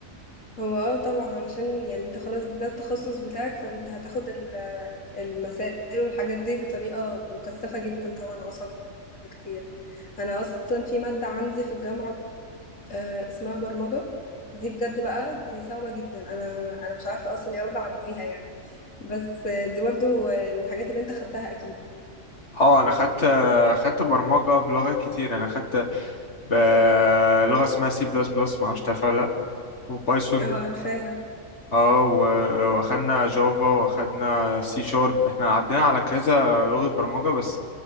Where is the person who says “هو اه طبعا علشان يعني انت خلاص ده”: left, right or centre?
Left